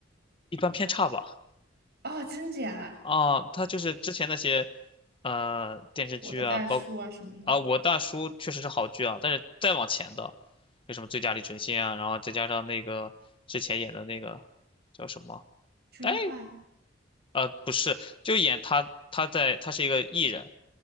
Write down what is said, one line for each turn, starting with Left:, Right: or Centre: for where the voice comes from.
Left: 一般偏差吧
Right: 哦，真假？
Left: 啊、他就是之前那些呃电视剧啊，
Right: 我的大叔啊什么的
Left: 包啊，我大叔确实是好剧啊，但是再往前的，为什么最佳李淳信啊，然后再加上那个之前演的那个叫什么？
Right: ，Dream
Left: 哎，
Right: High。
Left: 呃，不是，就演他，他在，他是一个艺人，